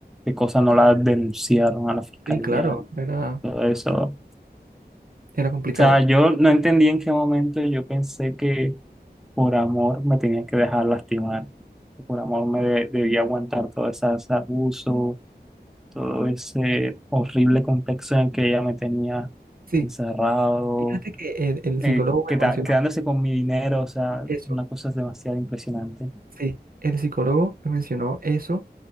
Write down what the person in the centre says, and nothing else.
de cosas no la denunciaron a la fiscalía,
todo eso. O
sea, yo no entendí en qué momento yo pensé que por amor me tenía que dejar lastimar, que por amor me de- debía aguantar todo ese, ese abuso, todo ese horrible contexto en el que ella me tenía
encerrado
eh,
queda-
quedándose con mi dinero, o sea,
una cosa es demasiado impresionante.